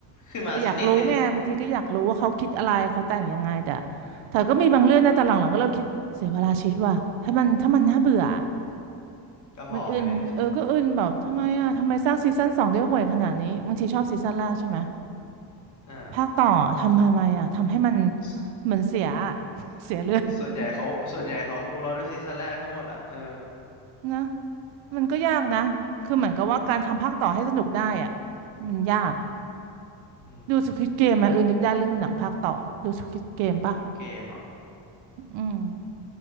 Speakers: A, on the left (about 40°); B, on the right (about 85°).
A: ขึ้นมาสักนิดนึง
B: เอออยากรู้ไงบางทีก็อยากรู้ว่าเขาคิดอะไรเขาแต่งยังไงแต่แต่ก็มีบางเรื่องนะแต่หลังๆก็เริ่มคิดเสียเวลาชีวิตว่ะถ้ามันถ้ามันน่าเบื่อ
A: ก็พอไปเลยใช่ไหม
B: มันอึนเออก็อึนแบบทำไมอ่ะทำไมสร้างซีซั่นสองได้ห่วยขนาดนี้บางทีชอบซีซั่นแรกใช่ไหม
A: อ่า
B: ภาคต่อทำทำไมอ่ะทำให้มัน
A: ส
B: เหมือนเสียอะ <laughs> เสียเรื่อง
A: ส่วนใหญ่เขาส่วนใหญ่เขาฮุกเราด้วยซีซั่นแรกทั้งหมดอ่ะเออ
B: นะมันก็ยากนะคือเหมือนกับว่าการทำภาคต่อให้สนุกได้อ่ะมันยาก
A: อืม
B: ดูสควิดเกมไหมเออนึกได้เรื่องหนังภาคต่อดูสควิดเกมป่ะ
A: คุยเกมเหรอ่
B: อืม